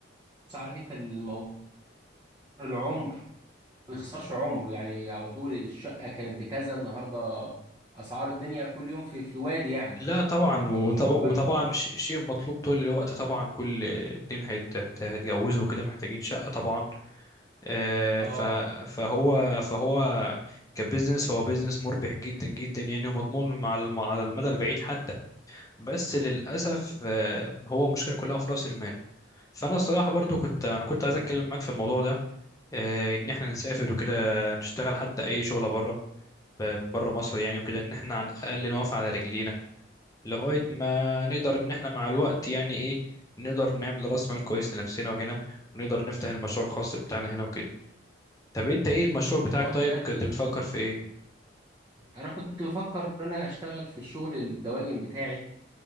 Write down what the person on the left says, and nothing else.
لا طبعا وطب-
وطبعا
ش- شيء مطلوب طول الوقت طبعا كل اتنين هيت- هيت- هيتجوزوا كده محتاجين شقة طبعا آه،
ف- فهو فهو كبزنس هو بزنس مربح جدا جدا يعني ومضمون مع الم- على المدى البعيد حتى بس للأسف آه، هو مشكلة كلها في رأس المال فأنا الصراحة برضو كنت أنا كنت
عايز أتكلم معاك في الموضوع ده آه، إن إحنا نسافر وكده نشتغل حتى أي شغلة بره بره مصر يعني وكده إن إحنا على الأقل نقف على رجلينا لغاية ما نقدر إن إحنا مع الوقت يعني إيه نقدر نعمل رأس مال كويس لنفسنا وهنا ونقدر نفتح المشروع الخاص بتاعنا هنا وكده طب أنت إيه المشروع
بتاعك طيب
كنت بتفكر في إيه؟